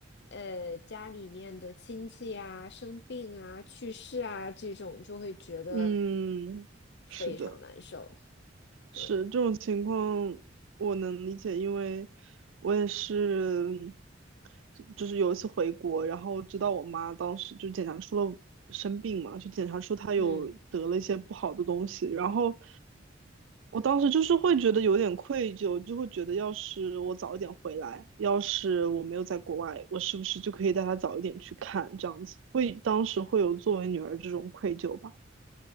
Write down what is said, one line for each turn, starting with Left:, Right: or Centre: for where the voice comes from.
Left: 呃，家里面的亲戚啊、生病啊、去世啊这种，就会觉得
Right: <laughs> 嗯，
Left: 非常难受。
Right: 是的。
Left: 对，
Right: 是这种情况，我能理解，因为我也是，就是有一次回国，然后知道我妈当时就检查出了生病嘛，就检查出她有得了一些不好的东西，
Left: 嗯。
Right: 然后我当时就是会觉得有点愧疚，就会觉得要是我早一点回来，要是我没有在国外，我是不是就可以带她早一点去看，这样子，会当时会有作为女儿这种愧疚吧，